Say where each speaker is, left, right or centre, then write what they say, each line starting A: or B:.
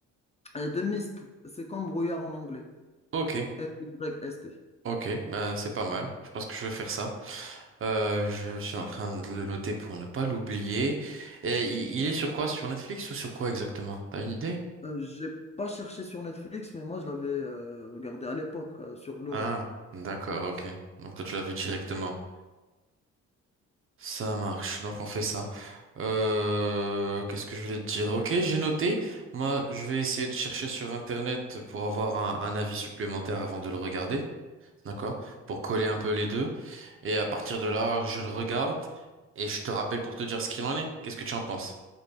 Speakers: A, on the left; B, on the right.
A: Euh, The Mist, c'est comme brouillard en anglais.
B: Ok,
A: M-Y-S-T.
B: ok, ben c'est pas mal. Je pense que je vais faire ça. Euh, je suis en train de le noter pour ne pas l'oublier. Et il, il est sur quoi? Sur Netflix ou sur quoi exactement? T'as une idée?
A: Euh, j'ai pas cherché sur Netflix, mais moi je l'avais euh, regardé à l'époque euh, sur Blu-ray.
B: Ah, d'accord, ok. Donc toi tu l'avais directement. Ça marche, donc on fait ça. Euh, qu'est-ce que je voulais te dire? Ok, j'ai noté. Moi, je vais essayer de chercher sur Internet pour avoir un, un avis supplémentaire avant de le regarder. D'accord. Pour coller un peu les deux. Et à partir de là, je le regarde et je te rappelle pour te dire ce qu'il en est. Qu'est-ce que tu en penses?